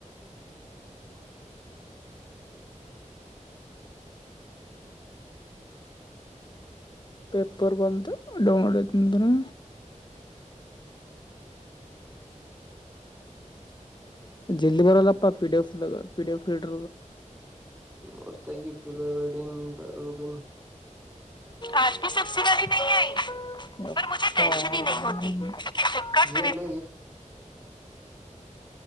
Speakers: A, on the left; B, on the right.
A: ಪೇಪರ್ ಬಂತ ಡೌನ್ಲೋಡ್ ಅಐತಂದಾನ ಜಲ್ಲಿ ಬರಲ್ಲಪ್ಪ ಪಿಡಿಎಫ್ ಪಿಡಿಎಫ್ ರೀರ್
B: ಕೊರ್ತಾಗಿ ಬಲಡ ಬೂಬನ್
A: ಆಜಲಿ ಸಬ್ಸ ಗಿ ನೀ ಆಯ ಮುೆ ಟೆಷನ್ ನೀ ಹತಿ <inaudible> ಕ್ಕ
B: ಏನ್ಲ
A: <inaudible>